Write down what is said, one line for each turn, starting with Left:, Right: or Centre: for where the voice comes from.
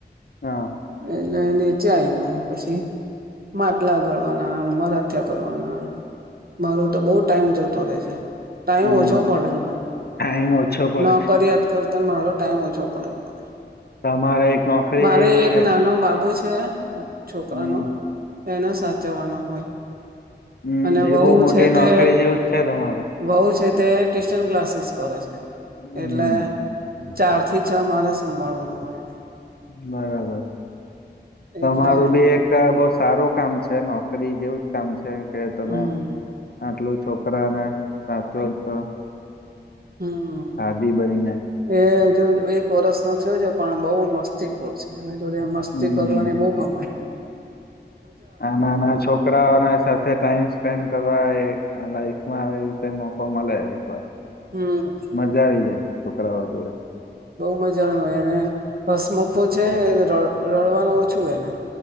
Left: હા
Right: એ એ નીચે આઈ જવ પછી માટલા ગળવાના ઉમરથયા કરવાના મારો તો બઉુ ટાઇમ જતો રહે છે. ટાઈમ
Left: હમ
Right: ઓછો પડે છે મન
Left: ટાઈમ ઓછો પડે
Right: નોકરીયાત કર મારો ટાઈમ ઓછો પડે છે મને
Left: તમારે એક નોકરી
Right: મારે
Left: જેવી જ છે
Right: એક નાનો બાબો છે છે છોકરાનો
Left: હમ
Right: એને સાચવવાનો હોય
Left: હમ
Right: અને વહુ
Left: એ બહુ મોટી
Right: છે તે
Left: નોકરી જેવું જ છે તમારે
Right: વહુ છે તે ટ્યુશન ક્લાસીસ કરે છે
Left: હમ
Right: એટલે ચાર થી ચા મારે સંભાળવાનું હોય.
Left: બરાબર તમારું
Right: એટલે
Left: બી એક બવ સારું કામ છે ન કરી જેવું જ કામ છે કે તમે
Right: હમ
Left: આટલું છોકરાને સાચો છો.
Right: હમ
Left: દાદી બનીને
Right: એ જો એક વરષ નો થયો છે. પણ બઉ મસ્તીખોર છે એના જોડે મસ્તી
Left: હમ
Right: કરવાની બવ ગમ.
Left: આ નાના છોકરાઓને સાથે ટાઈમ સ્પેન્ડ કરવા એ આ લાઈફમાં આવી રીતે મોકો મલે એક વાર
Right: હમ
Left: મજા આવી જાય. છોકરાઓ જોડે‌.
Right: બઉ મજા આવે અને હસમુખો છે એ ર રડવાનું ઓછું એને